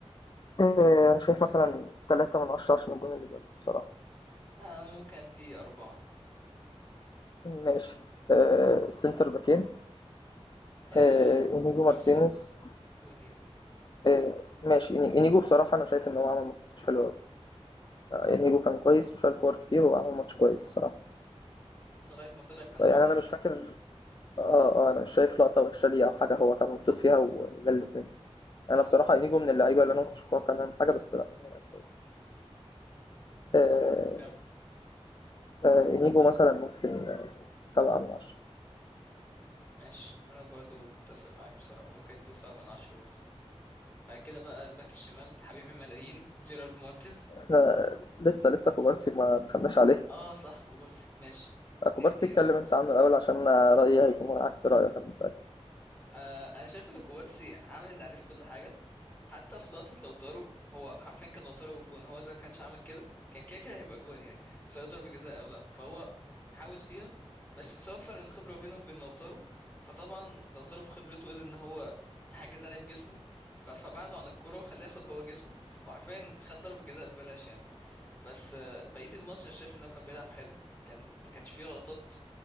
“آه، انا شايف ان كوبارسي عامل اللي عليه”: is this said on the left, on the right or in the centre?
Left